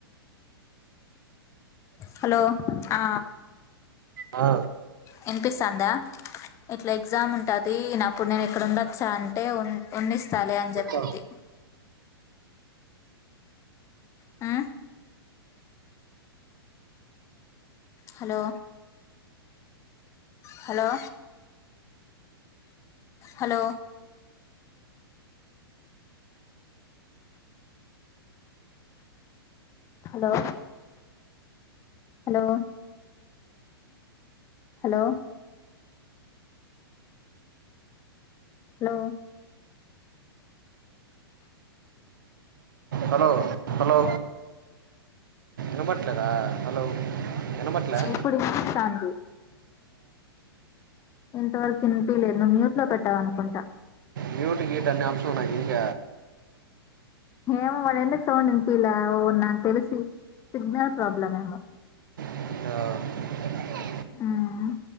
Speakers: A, on the left; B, on the right.
A: hello ఆ
B: ఆ
A: వినిపిస్తాందా? ఇట్ల ఎగ్జామ్ ఉంటాది. అప్పుడు నేను ఇక్కడ ఉండొచ్చా అంటే, ఉన్నిస్ సలే అని చెప్పింది
B: ఆ
A: ఆ hello hello hello hello hello hello hello
B: hello hello నామ ద హలో వినబడత్లే
A: ఇప్పుడు వినిపిస్తాంది ఇంతవరకు ఇనిపిలేదు నువ్వు మ్యూట్ లో పెట్టావ అనుకుంటా
B: మ్యూట్ గీట్ అనే అంశంన్నాదిక
A: ఏమో మడ ఎందకు సౌండ్ ఇంపిలా ఓ నా తెలిసి సిగ్నల్ ప్రాబ్లమ్ ఏమో
B: ఆ
A: ఉమ్